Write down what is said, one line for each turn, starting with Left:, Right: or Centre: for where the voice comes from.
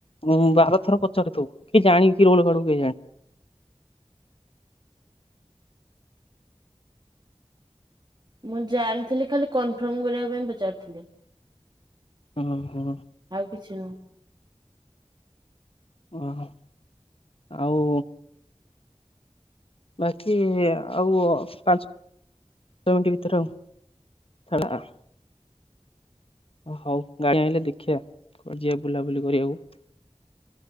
Left: ଉଁ ବାରଥର ପଚାରୁଥିବୁ କି ଜାଣିକି କିି ରୋଲ କରୁ କେଜାଣେ।
Right: ମୁଁ ଜାଣିଥିଲି ଖାଲି କନଫର୍ମ କରିବା ପାଇଁ ପଚାରୁଥିଲି‌।
Left: ଓ ହୋ।
Right: ଆଉ କିଛି ନୁହଁ।
Left: ଓହୋ ଆଉ ବାକି ଆଉ ଅ ପାଞ୍ଚ ଞ୍ଚ ମିଣ୍ଟି ଭିତରେ ଆଉ ସଇଲା। ହ ହଉ ଗାଡ଼ି ଆଣିଲେ ଦେଖିବା କୁଆଡ଼େ ଯିବା ବୁଲାବୁଲି କରିବାକୁ।